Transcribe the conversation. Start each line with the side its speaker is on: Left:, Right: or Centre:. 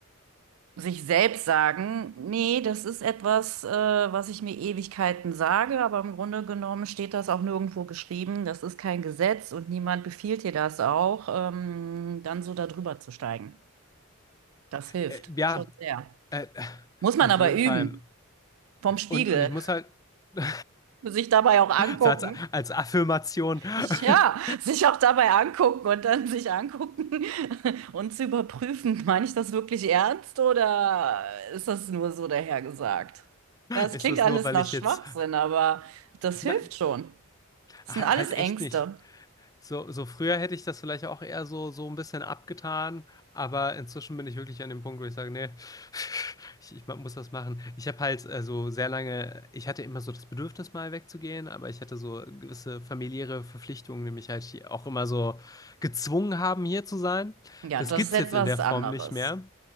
Right: sich selbst sagen, nee, das ist etwas, äh, was ich mir Ewigkeiten sage, aber im Grunde genommen steht das auch nirgendwo geschrieben, das ist kein Gesetz und niemand befiehlt dir das auch, ähm, dann so darüber zu steigen. Das hilft
Left: äh, ja,
Right: schon sehr.
Left: äh,
Right: Muss
Left: auf
Right: man aber
Left: jeden
Right: üben.
Left: Fall.
Right: Vom Spiegel.
Left: Und, und ich muss halt <laughs>
Right: Sich dabei auch angucken.
Left: so als, als Affirmation
Right: Ja,
Left: <laughs>
Right: sich auch dabei angucken und dann sich angucken <laughs> und zu überprüfen, meine ich das wirklich ernst oder ist das nur so dahergesagt? Ja, es
Left: ist
Right: klingt
Left: das
Right: alles
Left: nur, weil
Right: nach
Left: ich
Right: Schwachsinn,
Left: jetzt
Right: aber das hilft
Left: na,
Right: schon. Das
Left: halt
Right: sind alles Ängste.
Left: echt nicht. So, so früher hätte ich das vielleicht auch eher so, so ein bisschen abgetan, aber inzwischen bin ich wirklich an dem Punkt, wo ich sage, nee, <laughs> ich, ich muss das machen. Ich habe halt äh, so sehr lange, ich hatte immer so das Bedürfnis, mal wegzugehen, aber ich hatte so gewisse familiäre Verpflichtungen, die mich halt hier auch immer so gezwungen haben, hier zu sein.
Right: Ja,
Left: Das
Right: das
Left: gibt's
Right: ist etwas
Left: jetzt in der Form
Right: anderes.
Left: nicht mehr.